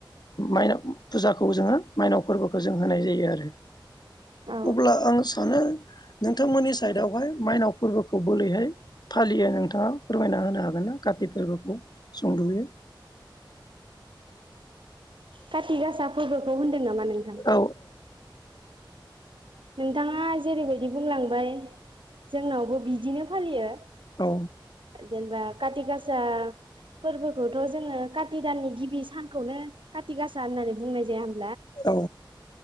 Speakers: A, on the left; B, on the right.
A: माइनाव फुजाखौ जोङो मायनाव फोरबोखौ जों होनाय जायो आरो
B: औ औ
A: अब्ला
B: औ
A: आं सानो नोंथांमोननि साइदआवहाय माइनाव फोरबोखौ बोरैहाय फालियो नोंथाङा फोरमायना होनो हागोन ना काति फोरबोखौ सुंदयै
B: काति गासा फोरबोखौ होनदों नामा नोंथां?
A: औ
B: नोंथाङा जेरैबायदि बुंलांबाय जोंनावबो बिदिनो फालियो।
A: औ
B: जेनेबा काति गासा फोरबोखौथ' जोङो काति दाननि गिबि सानखौनो काति गासा होननानै बुंनाय जाया होम
A: औ